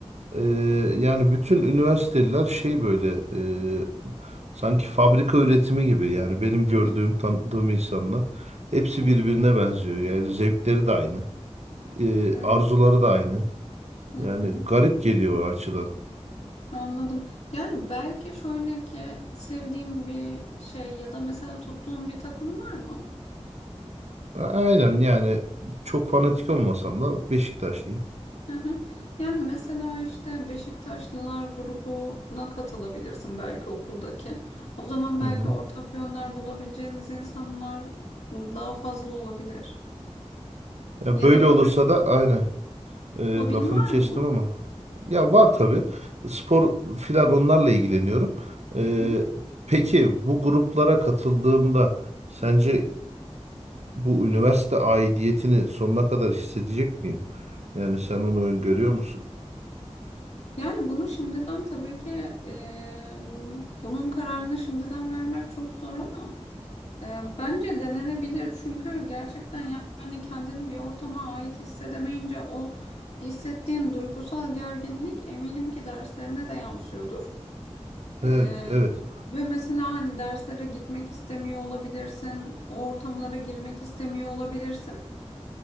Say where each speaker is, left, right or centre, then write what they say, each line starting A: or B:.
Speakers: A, on the right; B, on the left.
A: e, yani bütün üniversiteler şey böyle e, sanki fabrika üretimi gibi yani benim gördüğüm
B: Hı hı.
A: tanıdığım insanlar hepsi
B: Hı hı.
A: birbirine benziyor. Yani zevkleri de aynı. e,
B: Evet.
A: arzuları
B: O-
A: da aynı.
B: Hı
A: Yani
B: hı.
A: garip geliyor o açıdan.
B: Anladım. Yani belki şöyle ki sevdiğin bir şey ya da mesela tuttuğun bir takım var mı?
A: A- Aynen yani çok fanatik olmasam da Beşiktaşlıyım.
B: Hı hı. Yani mesela işte Beşiktaşlılar grubuna katılabilirsin belki okuldaki. O zaman
A: Hı
B: belki
A: hı.
B: ortak yönler bulabileceğiniz insanlar daha fazla olabilir.
A: Ya
B: Ya
A: böyle
B: da böyle
A: olursa da aynen e,
B: hobin
A: lafını
B: var
A: kestim
B: mı?
A: ama ya var tabii spor filan onlarla ilgileniyorum. E,
B: Hı hı.
A: peki bu gruplara katıldığımda sence bu üniversite aidiyetini sonuna kadar hissedecek miyim? Yani sen onu öngörüyor musun?
B: Yani bunu şimdiden tabii ki eee, bunun kararını şimdiden vermek çok zor ama E, Bence denenebilir çünkü gerçekten ya- yani kendini bir ortama ait hissedemeyince o hissettiğin duygusal gerginlik eminim ki derslerine de yansıyordur.
A: Evet,
B: E,
A: evet.
B: ve mesela hani derslere gitmek istemiyor olabilirsin, o ortamlara girmek istemiyor olabilirsin.